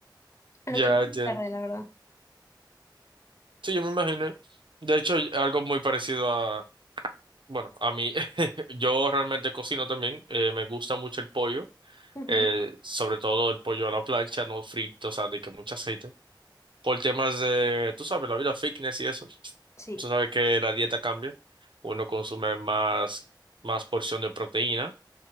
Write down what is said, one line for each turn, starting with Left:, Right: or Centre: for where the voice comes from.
Left: en
Right: Ya,
Left: lo que más
Right: ya.
Left: tarde, la verdad.
Right: Sí, yo me imaginé. De hecho, algo muy parecido a, bueno, a mí. <laughs> Yo realmente cocino también. Eh, me gusta mucho el pollo,
Left: Ujú,
Right: eh, sobre todo el pollo a la plancha, no frito, o sea, de que mucho aceite. por temas de, tú sabes, la vida fitness y eso.
Left: Sí,
Right: Tú sabes que la dieta cambia. Uno consume más, más porción de proteína,